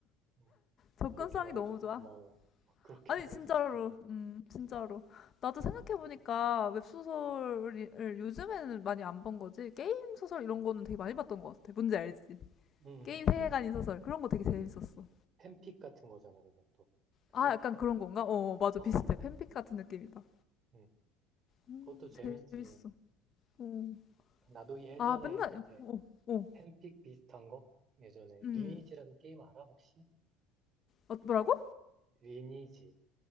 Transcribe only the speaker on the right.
음,
그렇게 말해줘서
고마워. <laughs> 그렇게
말해줘서
고마워.
음,
음.
팬픽 같은 거잖아, 그건 또. 그지?
어,
음,
그것도 재밌지.
나도 예전에
이제
팬픽 비슷한 거? 예전에
리니지라는 게임 알아 혹시?
리니지.